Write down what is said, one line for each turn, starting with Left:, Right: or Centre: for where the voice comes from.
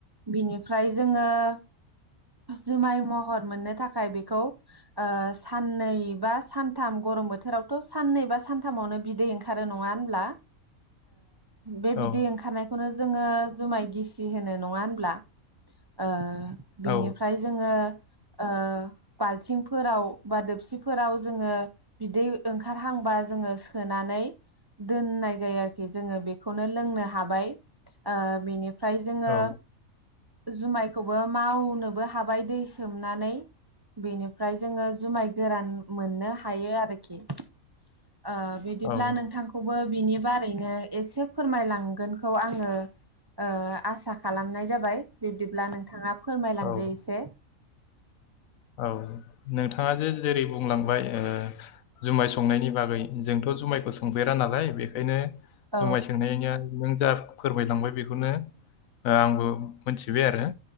Right: बिनिफ्राय जों जोङो जुमाय महर मोननो थाखाय बेखौ ओ साननै बा सानथाम गरम बोथोरावथ साननै बा सानथामावनो बिदै ओंखारो नङा होनब्ला बे बिदै
Left: औ
Right: ओंखारनायखौनो जोङो जुमाय गिसि होनो नङा होनब्ला ओ बिनिफ्राय
Left: औ
Right: जोङो ओ बालथिंफोराव बा दोबसिफोराव जोङो बिदै ओंखारहांबा जोङो सोनानै दोननाय जायो आरोखि जोङो बेखौनो लोंनो हाबाय ओ बेनि ओमफ्राय जोङो
Left: औ
Right: जुमाइ खौबो मावनोबो हाबाय दै सोमनानै बेनिफ्राय जोङो जुमाय गोरान मोनो हायो आरोखि ओ बिदिब्ला
Left: औ
Right: नोंथांखौबो बिनि बारैनो एसे फोरमायलांगोनखौ आंङो ओ आसा खालामनाय जाबाय बिब्दि अब्ला नों <unintelligible> फोरमायलांदो
Left: औ
Right: एसे।
Left: औ नोंथांङा जे जेरै बुंलांबाय ओ जुमाय संनायनि बागै जोंथ' जुमायखौ सोंफेरा नालाय बेखायनो
Right: औ
Left: जुमाय सोंनायया नों जा फोरमायलांबाय बेखौनो आंबो मोनथिबाय आरो।